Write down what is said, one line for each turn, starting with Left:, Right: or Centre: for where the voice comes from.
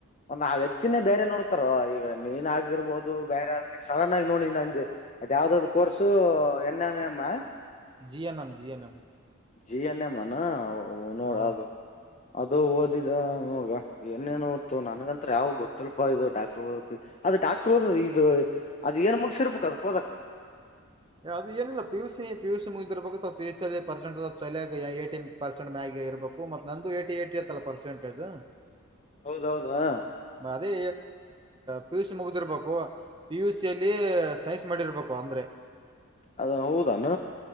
Left: ಒಂದು ಆ ವ್ಯಕ್ತಿನೇ ಬೇರೆ ನೋಡ್ತಾರ ಈಗ ನೀನ್ ಆಗಿರ್ಬಹದು ಬೇರೆ ಸಡನ್ ಆಗಿ ನೋಡಿ ನಂದು ಮತ್ತ ಯಾವ್ದ್ ಕೋರ್ಸು ಎನ್ನಮ್ಮ
Right: G N M G N M
Left: G N ಎಮ್ಮಾನ ನೋಡ
Right: ಹಾ
Left: ಅದು ಅದು ಓದಿದ ನೋಡ್ಗ ಏನೇನ್ ತ್ತು ನ್ಗಂತತ್ರ ಯಾವ ಗೊತ್ತಲುಪ ಇದು ಡಾಕ್ಟರ್ ಓದ ಡಾಕ್ಟರ್ ಹಓದ್ ಇದು ಅದ್ ಏನ್ ಮುಗಸಿರ್ಬೇಕಕ್ ಅದ ಕೋದಕ್
Right: ಫ ಅದು ಏಲ್ಲ ಪಿಯು ಸಿ ಪು ಸಿಮುಗಿದಿರ್ಬೇಕು ಪು ಸಿಲ್ಲಿ ಪರ್ಸೆಂಟ್ ಚಲ ಏಟಿ ಪರ್ಸೆಂಟ್ ಮ್ಯ ಇರ್ಬೇಕು ಮತ್ ನಂದು ಏ ಏಇತ್ತಲ್ಲ ಪರ್ಸೆಂಟೇಜ್
Left: ಹೌದೌದಾ
Right: ಅದೇ ಪಿ ಯು ಸಿ ಮುಗ್ದಿರ್ಬೇಕು ಪಿ ಯುಸಿಯಲ್ಲಿ ಸೈನ್ಸ್ ಮಾಡಿರ್ಬೇಕು ಕೊಂದರೆ
Left: ಅದ ಹೌದಾನ